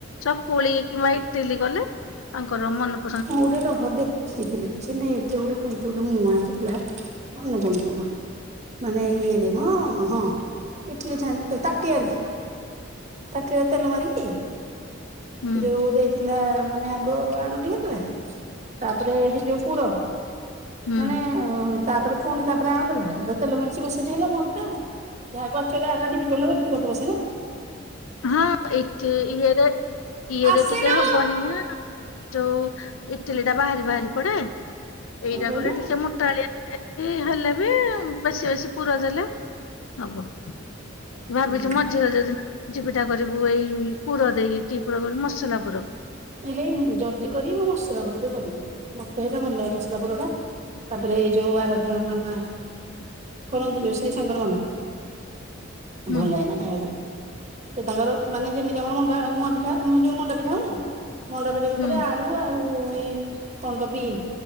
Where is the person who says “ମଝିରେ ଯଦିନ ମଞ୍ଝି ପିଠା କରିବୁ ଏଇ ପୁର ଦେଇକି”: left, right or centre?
Left